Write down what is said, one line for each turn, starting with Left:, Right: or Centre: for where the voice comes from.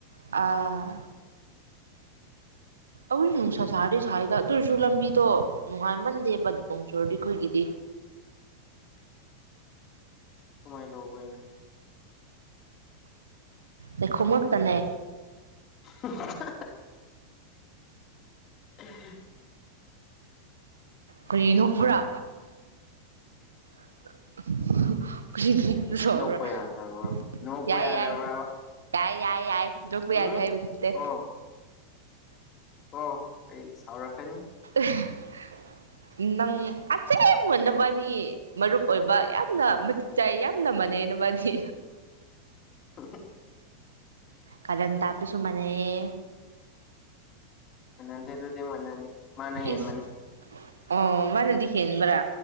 Right: ꯑꯥ ꯑꯈ‌ꯣꯏꯖꯨ ꯅꯨꯡꯁꯥ ꯁꯥꯔꯗꯤ ꯁꯥꯏꯗ ꯑꯗꯨ ꯑꯣꯏꯔꯖꯨ ꯂꯝꯕꯤꯗꯣ ꯅꯨꯡꯉꯥꯏꯃꯟꯗꯦꯕ ꯅꯣꯡ ꯆꯨꯔꯗꯤ ꯈꯣꯏꯒꯤꯗꯤ
Left: ꯀꯃꯥꯏ ꯗꯧꯕ ꯕꯩꯅ‌ꯣ
Right: ꯂꯩꯈꯣꯝ ꯉꯛꯇꯅꯦ
Left: <unintelligible> <unintelligible>
Right: ꯀꯔꯤ ꯅꯣꯛꯄꯔꯥ <unintelligible> ꯀꯔꯤꯒꯤ <unintelligible>
Left: ꯅꯣꯛꯄ ꯌꯥꯗꯕ꯭ꯔꯣ ꯅꯣꯛꯄ
Right: ꯌꯥꯏ
Left: ꯌꯥꯗꯕ꯭ꯔꯕ
Right: ꯌꯥꯏ ꯇꯥꯏ ꯌꯥꯏ ꯌꯥꯏ ꯗꯨ ꯄꯨꯌꯥꯏꯗ
Left: ꯎꯝ
Right: ꯍꯥꯕꯗꯨ ꯅꯠꯇ‌ꯦ
Left: ꯀꯣ ꯀꯣ ꯑꯩ ꯁꯥꯎꯔꯛꯀꯅꯤ
Right: <unintelligible> ꯅꯪ ꯑꯁꯤ <unintelligible> ꯕ ꯅꯕꯥꯟꯅꯤ ꯃꯔꯨꯞ ꯑꯣꯏꯕ ꯌꯥꯝꯅ ꯃꯇꯤꯛ ꯆꯥꯏ ꯌꯥꯝꯅ ꯃꯥꯟꯅꯩꯩꯌꯦ ꯅꯕꯥꯅꯤ
Left: <unintelligible>
Right: ꯀꯥꯔꯟꯇꯕꯁꯨ ꯃꯥꯅꯩꯌꯦ
Left: ꯃꯥꯟꯗꯦ ꯑꯗꯨꯗꯤ ꯃꯥꯟꯗꯦ ꯃꯥꯅ
Right: ꯏꯁ
Left: ꯍꯦꯟꯕꯅꯤ
Right: ꯑꯣ ꯃꯅꯥꯗꯤ ꯍꯦꯟꯕꯔꯥ